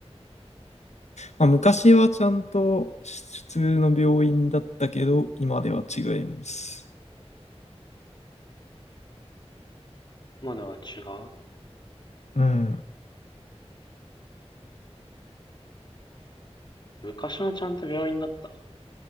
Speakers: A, on the left; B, on the left.
A: まあ、昔はちゃんと普通の病院だったけど、今では違います。
B: 今では違う。
A: うん。
B: 昔はちゃんと病院だった。